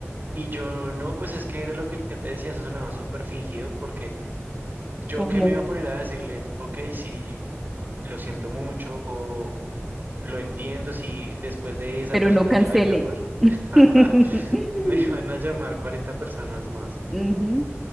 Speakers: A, on the right; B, in the centre.
A: Y yo, no, pues es que era lo que yo te decía, eso sonaba súper fingido porque yo
B: ¿Cómo?
A: qué me iba a poner a decirle, ok, sí, lo siento mucho o lo entiendo si después de esa
B: pero
A: persona
B: no cancele.
A: me van a llamar.
B: <laughs>
A: <laughs> Me van a llamar 40 personas más.
B: Ujú,